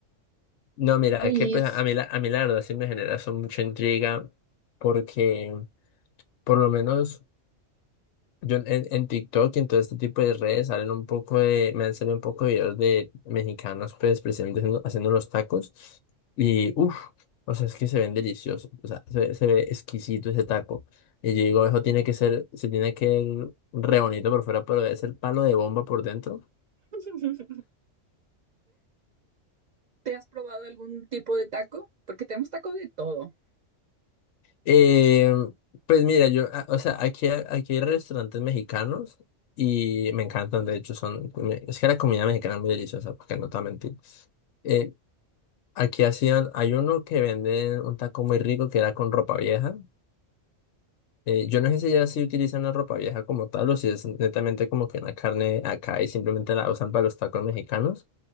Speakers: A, on the left (about 70°); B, on the right (about 70°).
A: No, mira,
B: ¿Y
A: es que pues
B: es-
A: a mí, la, a mí la verdad sí me genera eso mucha intriga porque por lo menos Yo en, en en TikTok y en todo este tipo de redes salen un poco de, me han salido un poco de videos de mexicanos, pues precisamente haciendo, haciendo los tacos. Y uff, o sea, es que se ven deliciosos, o sea, se, se ve exquisito ese taco. Y yo digo, eso tiene que ser, se tiene que ver re bonito por fuera, pero debe ser palo de bomba por dentro.
B: <laughs> te has probado algún tipo de taco? Porque tenemos taco de todo.
A: Eh, pues mira, yo, a- o sea, aquí, hay- aquí hay restaurantes mexicanos y me encantan, de hecho, son, es que la comida mexicana es muy deliciosa, porque no te voy a mentir. Eh, Aquí hacían, hay uno que venden un taco muy rico que era con ropa vieja. Eh, yo no sé si ya sí utilizan la ropa vieja como tal o si es netamente como que una carne acá y simplemente la usan para los tacos mexicanos,